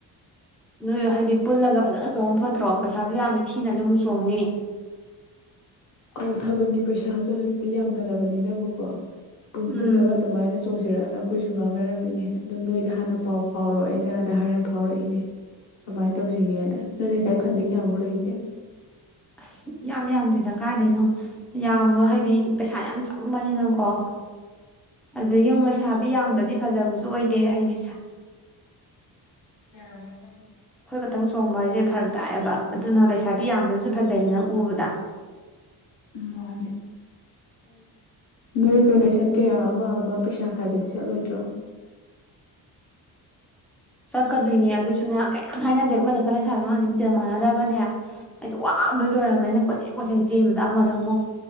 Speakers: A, in the centre; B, on the left.
A: ꯅꯣꯏ ꯍꯥꯏꯗꯤ ꯄꯨꯜꯂꯒ ꯐꯖꯅ ꯆꯣꯡꯕ ꯐꯠꯇ꯭ꯔꯣ ꯄꯩꯁꯥꯁꯨ ꯌꯥꯝꯗꯤ ꯊꯤꯅꯁꯨ ꯑꯃꯨꯛ ꯆꯣꯡꯉꯅꯤ
B: ꯑꯧ ꯊꯥꯕꯜꯒꯤ ꯄꯩꯁꯥꯁꯨ ꯍꯧꯖꯤꯛꯇꯤ ꯌꯥꯝꯅꯔꯕꯅꯤꯅꯕꯀꯣ ꯄꯨꯟꯁꯤꯜꯂꯒ
A: ꯎꯝ
B: ꯑꯗꯨꯃꯥꯏꯅ ꯆꯣꯡꯁꯤ ꯄꯤꯔꯛꯑꯅ ꯑꯩꯈꯣꯏꯁꯨ ꯉꯥꯡꯅꯔꯝꯃꯤꯅꯦ ꯑꯗꯨ ꯅꯣꯏꯗ ꯍꯥꯟꯅ ꯄꯥꯎ ꯐꯥꯎꯔꯣ ꯑꯩꯅꯗ ꯍꯥꯏꯔ ꯐꯥꯎꯔꯛꯏꯅꯦ ꯀꯃꯥꯏꯅ ꯇꯧꯁꯤꯒꯦꯅ ꯅꯣꯏ ꯂꯩꯀꯥꯏ ꯐꯟꯗꯤ ꯀꯌꯥꯃꯨꯛ ꯂꯩꯒꯦ
A: ꯑꯁ ꯌꯥꯝ ꯌꯥꯝꯗꯦꯗ ꯀꯥꯏꯗꯣꯏꯅꯣ ꯌꯥꯝꯕ ꯍꯥꯏꯗꯤ ꯄꯩꯁꯥ ꯌꯥꯝ ꯆꯪꯕꯅꯤꯅꯀꯣ ꯑꯗꯨ <unintelligible> ꯁꯥꯕꯤ ꯌꯥꯝꯗ꯭ꯔꯗꯤ ꯐꯖꯕꯁꯨ ꯑꯣꯏꯗꯦ ꯗꯦ ꯍꯥꯏꯅꯤ ꯁꯥ
B: <unintelligible>
A: ꯑꯩꯈꯣꯏ ꯈꯛꯇꯪ ꯆꯣꯡꯕ ꯍꯥꯏꯁꯦ ꯊꯪ ꯇꯥꯛꯑꯕ ꯑꯗꯨꯅ ꯂꯩꯁꯥꯕꯤ ꯌꯥꯝꯕ꯭ꯔꯁꯨ ꯐꯖꯩꯗ ꯅꯪ ꯎꯕꯗ
B: ꯎ ꯋꯥꯅꯤ ꯅꯣꯏ ꯗꯣꯅꯦꯁꯟ ꯀꯌꯥ ꯑꯃ ꯑꯃ ꯄꯩꯁꯥ ꯈꯥꯏꯕꯗꯤ ꯆꯠꯂꯣꯏꯗ꯭ꯔꯣ
A: ꯆꯠꯀꯗꯣꯏꯅꯦ ꯑꯗꯨꯁꯨꯅ ꯀꯌꯥꯝ ꯍꯥꯏꯅꯗꯦꯕ ꯑꯩꯈꯣꯏ ꯂꯩꯀꯥ ꯂꯩꯁꯥꯕꯤ ꯑꯃ ꯂꯤꯡꯁꯦꯜ ꯃꯥꯟꯅꯗꯕꯅꯦ ꯑꯩꯁꯨ ꯋꯥꯡꯕꯗꯁꯨ ꯂꯣꯏꯔꯝꯃꯦꯅ ꯀꯣꯏꯆꯦꯟ ꯀꯣꯏꯆꯦꯟ ꯆꯦꯟꯕꯗ ꯑꯃꯗ ꯑꯃꯨꯛ